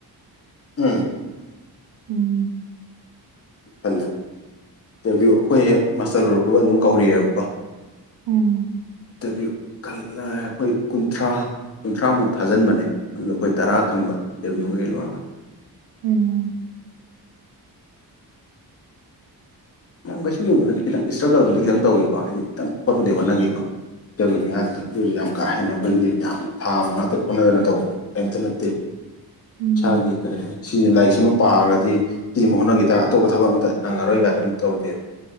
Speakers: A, on the left; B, on the right.
A: ꯎꯝ
B: ꯎꯝ
A: ꯈꯜꯂꯦ ꯏꯟꯇꯔꯚꯤꯌꯨ ꯑꯩꯈꯣꯏ ꯍꯦꯛ ꯃꯥꯁꯇꯔ ꯂꯣꯏꯔꯛꯄꯒ ꯑꯗꯨꯝ ꯀꯧꯔꯤꯑꯦꯕꯀꯣ
B: ꯎꯝ
A: ꯇꯕꯤꯌꯨ ꯑꯩꯈꯣꯏ ꯀꯨꯟꯊ꯭ꯔꯥ ꯀꯨꯟꯊ꯭ꯔꯥꯃꯨꯛ ꯊꯥꯖꯤꯟꯕꯅꯦ ꯑꯗꯨ ꯑꯩꯈꯣꯏ ꯇꯔꯥ ꯈꯟꯕ ꯗꯕ꯭ꯨꯌꯀ ꯂꯣꯏꯔꯒ
B: ꯎꯝ
A: ꯀꯩꯁꯨ ꯂꯨꯕ ꯅꯠꯇꯦꯗ ꯏꯁꯇ꯭ꯔꯒꯜꯕꯨ ꯗꯤ ꯈꯤꯇꯪ ꯇꯧꯏꯀꯣ ꯍꯥꯏꯗꯤ ꯈꯤꯇꯪ ꯍꯣꯠꯄꯗꯤ ꯍꯣꯠꯅꯒꯤꯀꯣ ꯏꯟꯇꯔꯕꯨ꯭ꯌꯅꯦ ꯍꯥꯕꯗꯨꯗ ꯑꯗꯨꯏꯁꯨ ꯀꯥ ꯍꯦꯟꯅ ꯑꯩꯈꯣꯏꯒꯤ ꯌꯥꯝ ꯊꯥ ꯃꯉꯥ ꯇꯔꯨꯛ ꯍꯣꯠꯅꯗꯅ ꯇꯧꯕ ꯀꯔꯤꯝꯇ ꯅꯠꯇꯦ
B: ꯎꯝ
A: ꯏꯁꯥꯒꯤ ꯀꯔꯤ ꯍꯥꯏꯅꯤ ꯁꯤ ꯂꯥꯏꯔꯤꯛꯁꯤꯃ ꯄꯥꯈ꯭ꯔꯗꯤ ꯁꯤꯃ ꯍꯣꯠꯅꯈꯤꯗ ꯑꯇꯣꯞꯄ ꯊꯕꯛ ꯑꯃꯝꯇ ꯅꯪꯉꯔꯣꯏ ꯀꯗ ꯑꯗꯨꯝ ꯇꯧꯗꯦꯕ